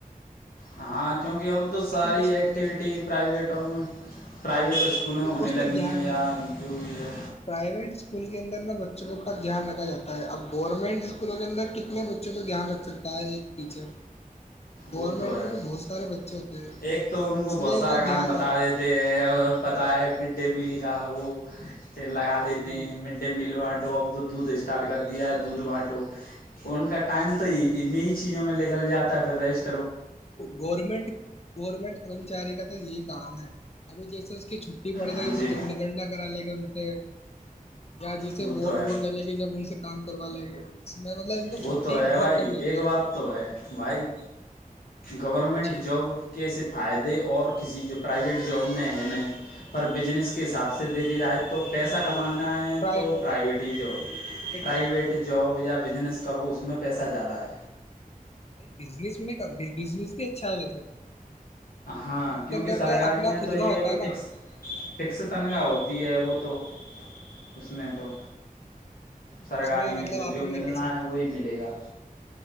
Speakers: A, on the left; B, on the left.
A: ہاں کیونکہ اب تو ساری
B: اسکول
A: ایکٹیوٹی
B: ہے
A: پرائیوٹ ا پرائیویٹ اسکولوں میں
B: جی
A: ہونے
B: اس
A: لگی
B: دھیان
A: ہیں یا جو بھی ہے
B: کیونکہ پرائیویٹ اسکول کے اندر نا بچوں کے اوپس دھیان رکھا جاتا ہے اب گورنمنٹ اسکولوں کے اندر کتنے بچوں پہ دھیان رکھ سکتا ہے ایک ٹیچر گورنمنٹ
A: وہ تو ہے
B: میں بہت سارے بچے ہوتے ہیں
A: ایک تو ان کو
B: اس
A: بہت
B: لیے
A: سارا
B: وہ
A: کام
B: دھیان
A: بتا
B: نہیں
A: دیتے ہیں اور پتا ہے مڈ ڈے میل گؤو کے لگا دیتے
B: جی
A: ہیں
B: جی
A: مڈ ڈے میل اب تو دودھ اسٹارٹ کر دیا ہے دودھ باٹو ان کا ٹائم تو انیں چیزوں میں لگل جاتا ہے پھر رسٹ
B: گورنمنٹ گورنمنٹ کرمچاری کا تو یہ کام ہے ابھی جیسے کی چھٹی پڑ
A: ہاں
B: گئی
A: جی
B: تو دنڈ دنڈا کرا لے گا ان سے یا جیسے
A: وہ
B: ووٹ
A: تو ہے
B: ووٹ ڈلے گی جب ان سے کام کروا لیں گے اس میں مطلب ان کو
A: وہ
B: چھٹی
A: تو ہے
B: بہت
A: بھائی
B: کم دیتے
A: ایک
B: ہیں
A: بات تو ہے وائی گورنمنٹ
B: جی
A: جاب کے سے فائدے اور کسی جو پرائیویٹ جاب میں ہے نہیں پر بزنس کے حساب
B: جی
A: سے دیکھا جائے تو پیسہ کمانا ہے
B: پرائی
A: تو پرائیویٹ ہی جاب پرائیویٹ
B: کام کرو
A: جاب یا بچ <inaudible> کرو اس میں پیسہ زیادہ ہے
B: نہیں بزنس میں بزنس بھی اچھا ہے تھے تو
A: ہاں
B: بزنس
A: کیونکہ
B: کے اندر
A: سرکاری
B: کیا اپنا
A: میں
B: خود
A: تو یہ
B: کا ہوتا
A: ہے کہ
B: نا
A: فکس فکس تنخواہ ہوتی ہے وہ تو اس میں
B: جی
A: تو سرکاری
B: اس
A: میں
B: مطلب
A: تو
B: آپن
A: جو
B: نہیں
A: ملنا
B: کر سکتے
A: ہے وہی ملے گا